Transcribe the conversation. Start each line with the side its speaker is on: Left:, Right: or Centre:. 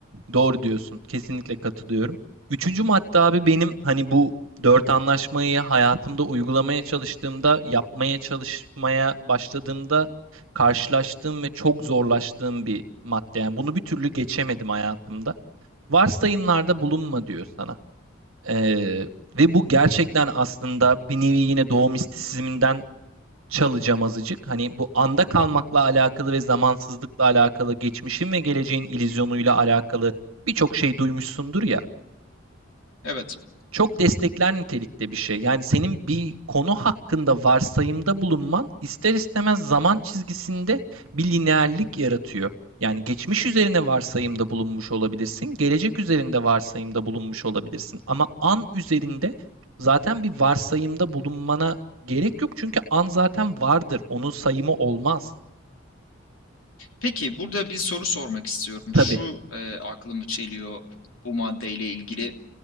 Right: Doğru diyorsun. Kesinlikle katılıyorum. Üçüncü madde abi benim hani bu dört anlaşmayı hayatımda uygulamaya çalıştığımda, yapmaya çalışmaya başladığımda karşılaştığım ve çok zorlaştığım bir madde. Yani bunu bir türlü geçemedim hayatımda. Varsayımlarda bulunma diyor sana. Ee, ve bu gerçekten aslında bir nevi yine doğu mistisizminden çalacağım azıcık. Hani bu anda kalmakla alakalı ve zamansızlıkla alakalı, geçmişin ve geleceğin illüzyonuyla alakalı birçok şey duymuşsundur ya
Left: Evet.
Right: çok destekler nitelikte bir şey. Yani senin bir konu hakkında varsayımda bulunman ister istemez zaman çizgisinde bir lineerlik yaratıyor. Yani geçmiş üzerine varsayımda bulunmuş olabilirsin, gelecek üzerinde varsayımda bulunmuş olabilirsin. Ama an üzerinde zaten bir varsayımda bulunmana gerek yok çünkü an zaten vardır. Onun sayımı olmaz.
Left: Peki burada bir soru sormak istiyorum.
Right: Tabii.
Left: Şu, eee, aklımı çeliyor bu maddeyle ilgili.